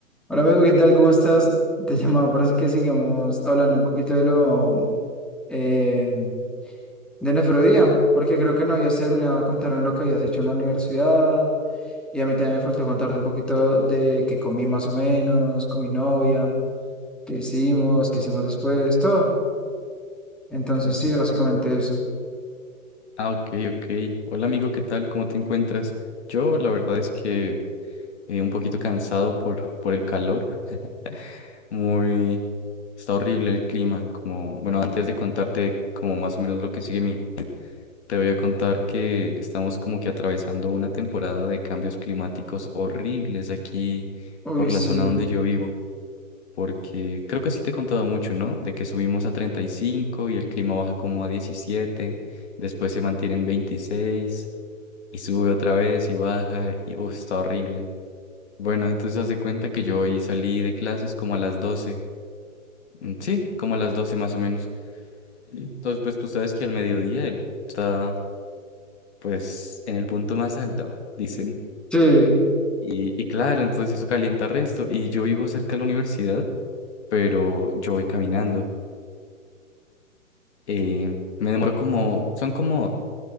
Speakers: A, in the centre; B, on the left.
A: Hola amigo, ¿qué tal? ¿Cómo estás? Te llamaba para que sigamos hablando un poquito de lo eh, de nuestro día, porque creo que no habías terminado de contarme lo que habías hecho en la universidad y a mí también me faltó contarte un poquito de qué comí más o menos, con mi novia, qué hicimos, qué hicimos después, todo. Entonces
B: <laughs> Eh,
A: sí, básicamente eso.
B: Ah, ok, ok. Hola amigo, ¿qué tal? ¿Cómo te encuentras? Yo la verdad es que eh, un poquito cansado por, por el calor. <laughs> Muy... Está horrible el clima. Como, bueno, antes de contarte como más o menos lo que sigue, mi- te voy a contar que estamos como que atravesando una temporada de cambios climáticos horribles aquí
A: Uy,
B: por
A: sí.
B: la zona donde yo vivo. Porque creo que sí te he contado mucho, ¿no? De que subimos a treinta y cinco y el clima baja como a 17, después se mantiene en 26. Y sube otra vez y baja y uf, está horrible. Bueno, entonces haz de cuenta que yo hoy salí de clases como a las doce Mm, Sí, como a las 12 más o menos. Entonces, pues tú sabes que al mediodía él está pues en el punto más alto, dicen.
A: Sí,
B: Y, y claro, entonces eso calienta resto. Y yo vivo cerca de la universidad, pero yo voy caminando. Eh, me demoro como, son como,